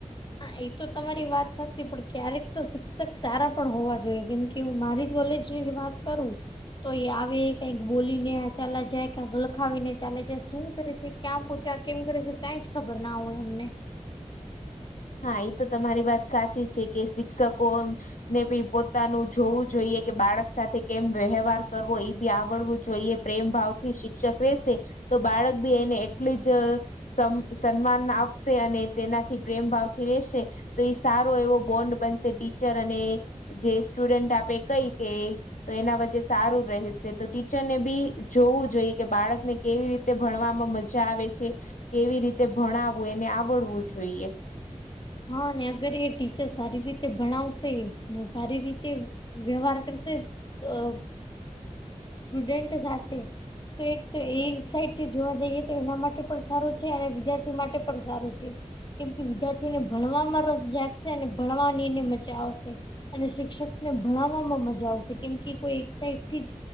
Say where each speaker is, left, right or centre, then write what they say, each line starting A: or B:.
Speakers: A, on the left; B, on the left.
A: હા. એ તો તમારી વાત સાચી પણ ક્યારેક તો શિક્ષક સારા પણ હોવા જોઈએ કેમ કે કે હું મારી કોલેજની જ વાત કરુ તો એ આવે કંઈક બોલીને ચાલ્યા, જાય ક્યાંક લખાવીને ચાલે જાય, શું કરે છે. ક્યાં પોચ્યા? કેમ કરે છે, કંઈ જ ખબર ના હોય અમને
B: હા. એ તો તમારી વાત સાચી છે કે શિ ક્ષકોને ભી પોતાનું જોવુ જોઈએ, કે બાળક સાથે કેમ વ્યવહાર કરવો એ આવડવું જોઈએ. પ્રેમભાવથી શિક્ષક રહેેશે, તો બાળક બી એને એટલી જ સમ સન્માન આપશે અને તેનાથી પ્રેમ ભાવથી રહેશે તોએ સારો એવો બોન્ડ બનશે ટીચર અને જે સ્ટુડન્ટ આપે કઈ કે તો એના વચ્ચે સારું રહેશે તો ટીચરને બી જોવું જોઈએ કે બાળકને કેવી રીતે ભણવામાં મજા આવે છે, કેવી રીતે ભણાવું? એને આવડવું જોઈએ.
A: હા, અને અગર એ ટીચર સારી રીતે ભણાવશે ને સારી રીતે વ્યવહાર કરશે તોઅ સ્ટુડન્ટ સાથે એક તો એ સાઇડ થી જોવા જઈએ તો એના માટે પણ સારુ છે, અને વિદ્યાર્થી માટે પણ સારું છે. કેમ કે વિદ્યાર્થીઓને ભણવામાં રસ જાગશે અને ભણવાની એને મજા આવશે અને શિક્ષકને ભણાવવામાં મજા આવશે કેમ કે કોઈ એક સાઇડથી જ